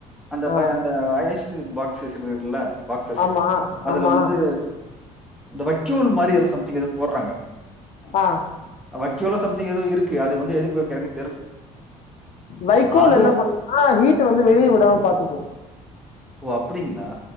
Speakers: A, in the centre; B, on the left (about 50°).
A: அந்த
B: ஆ
A: வ அந்த ஐஷ் இருக் பாக்ஸ் இருக்குல பாக் சஸ்
B: ஆமா
A: அதுல
B: ஆமா
A: வந்து அந்த வக்கோல் மாரி எதோ சம்திங் எதோ போட்றாங்க
B: ஆ
A: அ வக்யோலோ சம்திங் எததோ இருக்கு அது வந்து எதுக் வெக்கறாங்க
B: வைகோல்
A: அதோட
B: என்ன பண்ணுனா ஹீட்டு வந்து வெளியே விடாம பாத்துக்கு
A: ஓ அப்படிங்ளா